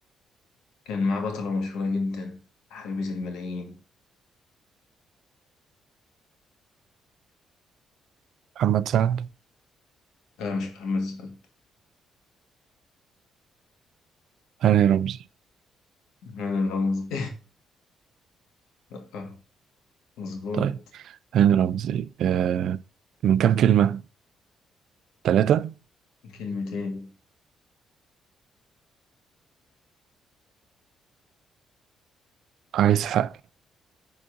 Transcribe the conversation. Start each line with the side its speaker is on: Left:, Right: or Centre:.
Left: كان معاه بطلة مشهورة جدا حبيبة الملايين
Right: محمد سعد
Left: آه مش محمد سعد
Right: هاني رمزي
Left: هذا غمز <laughs> لا مظبوط
Right: طيب هاني رمزي آه من كام كلمة؟ ثلاثة
Left: كلمتين
Right: عايز حق